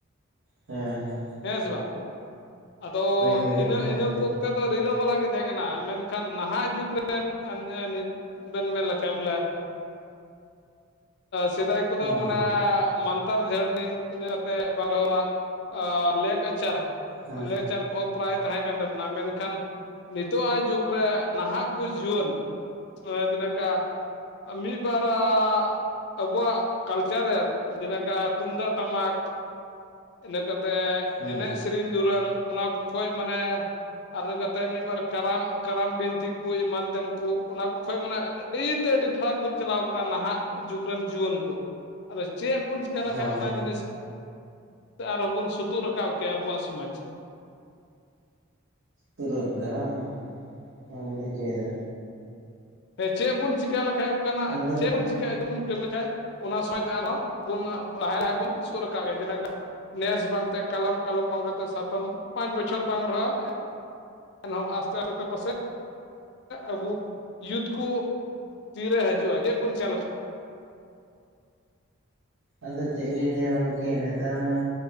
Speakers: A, on the right (about 80°); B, on the left (about 55°).
A: ᱦᱮᱸ ᱦᱮᱸ
B: ᱦᱮᱸ ᱥᱮ ᱵᱟᱝ ᱟᱫᱚ
A: ᱦᱳᱭ
B: ᱤᱱᱟᱹ
A: ᱮᱠᱫᱚᱢ
B: ᱤᱱᱟᱹ ᱠᱚ ᱱᱚᱛᱮ ᱫᱚ ᱨᱤᱞᱟᱹᱢᱟᱞᱟ ᱜᱮ ᱛᱟᱦᱮᱸ ᱠᱟᱱᱟ ᱢᱮᱱᱠᱷᱟᱱ ᱱᱟᱦᱟᱜ ᱡᱩᱜᱽ ᱨᱮᱱ ᱮᱱ ᱵᱮᱱ ᱢᱮᱱ ᱞᱮᱠᱷᱟᱭ ᱵᱚᱞᱮ ᱥᱮᱫᱟᱭ ᱠᱚᱫᱚ
A: ᱦᱩᱸ
B: ᱢᱟᱱᱮ ᱢᱟᱱᱛᱟᱨ ᱡᱷᱟᱹᱨᱱᱤ ᱤᱱᱟᱹ ᱛᱮ ᱵᱟᱨ ᱦᱚᱲᱟᱜ ᱞᱮᱠᱪᱟᱨ
A: ᱦᱮᱸ
B: ᱞᱮᱪᱟᱨ ᱠᱚᱦᱚᱸ ᱯᱨᱟᱭ ᱛᱟᱦᱮᱸ ᱠᱟᱱ ᱛᱟᱵᱚᱱᱟ᱾ᱢᱮᱱᱠᱷᱟᱱ ᱱᱤᱛᱚᱜ ᱟᱜ ᱡᱩᱜᱽ ᱨᱮ ᱱᱟᱦᱟᱜ ᱠᱚ ᱡᱩᱭᱟᱹᱱ ᱡᱮ ᱞᱮᱠᱟ ᱢᱤᱫ ᱵᱟᱨᱭᱟᱜ ᱟᱵᱚᱣᱟᱜ ᱠᱟᱞᱪᱟᱨ ᱨᱮ ᱡᱮᱞᱮᱠᱟ ᱛᱩᱢᱫᱟᱜ ᱴᱟᱢᱟᱠ ᱤᱱᱟᱹ ᱠᱟᱛᱮ
A: ᱦᱩᱸ
B: ᱮᱱᱮᱡ ᱥᱮᱨᱮᱧ ᱫᱩᱨᱟᱹᱝ ᱚᱱᱟ ᱠᱚ ᱠᱷᱚᱡᱽ ᱢᱟᱱᱮ ᱟᱨ ᱤᱱᱟ ᱠᱟᱛᱮ ᱢᱤᱫᱵᱟᱨ ᱠᱟᱨᱟᱢ ᱠᱟᱨᱟᱢ ᱵᱤᱱᱛᱤ ᱠᱚ ᱮᱢᱟᱱ ᱛᱮᱱ ᱠᱚ ᱚᱱᱟ ᱠᱚ ᱠᱷᱚᱱ ᱢᱟᱱᱮ ᱛᱤ ᱛᱮ ᱟᱹᱰᱤ ᱯᱷᱟᱨᱟᱠ ᱵᱚᱱ ᱪᱟᱞᱟᱣ ᱠᱟᱱᱟ ᱱᱟᱦᱟᱜ ᱡᱩᱜᱽ ᱨᱮᱱ ᱡᱩᱣᱟᱹᱱ ᱠᱚ᱾ ᱟᱫᱚ ᱪᱮᱫ ᱵᱚᱱ ᱪᱤᱠᱟ
A: ᱦᱳᱭ
B: ᱞᱮᱠᱷᱟᱡ ᱚᱱᱟ
A: ᱦᱳᱭ
B: ᱡᱤᱱᱤᱥ ᱟᱨᱦᱚᱸ ᱵᱚᱱ ᱥᱩᱛᱩᱜ ᱨᱟᱠᱟᱵ ᱠᱮᱭᱟ ᱟᱵᱚᱣᱟᱜ ᱥᱚᱢᱟᱡᱽ᱾
A: ᱛᱩᱨᱟᱜ ᱜᱮᱭᱟ ᱵᱟᱝ ᱪᱮᱫ ᱮᱢ ᱞᱟᱹᱭ ᱦᱚᱪᱚᱭ ᱫᱟ
B: ᱪᱮᱫ ᱵᱚᱱ ᱪᱮᱠᱟ ᱞᱮᱠᱷᱟᱡ ᱚᱱᱠᱟᱱᱟᱜ
A: ᱟᱫᱚ
B: ᱪᱮᱫ ᱵᱚᱱ ᱪᱤᱠᱟᱭ ᱵᱚᱱ ᱠᱟᱹᱢᱤ ᱠᱷᱟᱡ ᱚᱱᱟ ᱥᱚᱢᱟᱡᱽ ᱟᱨᱦᱚᱸ ᱵᱚᱱ ᱞᱟᱦᱟ ᱞᱟᱦᱟᱭᱟ ᱵᱚᱱ ᱥᱩᱨ ᱟᱠᱟᱜ ᱜᱮ ᱱᱮᱥ ᱵᱟᱝ ᱛᱮ ᱠᱟᱞᱚᱢ ᱠᱟᱞᱚᱢ ᱵᱟᱝ ᱠᱟᱛᱮ ᱥᱟᱛᱚᱢ ᱯᱟᱸᱪ ᱵᱚᱪᱷᱚᱨ ᱵᱟᱝ ᱨᱮᱦᱚᱸ ᱮᱱᱦᱚᱸ ᱟᱥᱛᱮ ᱟᱥᱛᱮ ᱯᱟᱥᱮᱡ ᱟᱵᱚ ᱤᱭᱩᱛ ᱠᱚ ᱛᱤᱨᱮ ᱦᱤᱡᱩᱜᱼᱟ᱾ ᱪᱮᱫ ᱵᱚᱱ ᱪᱟᱞ ᱠᱟᱜ?
A: ᱟᱫᱚ ᱪᱮᱫ ᱞᱤᱧ ᱞᱟᱹᱭᱼᱟ ᱜᱚᱢᱠᱮ ᱱᱮᱛᱟᱨ ᱢᱟ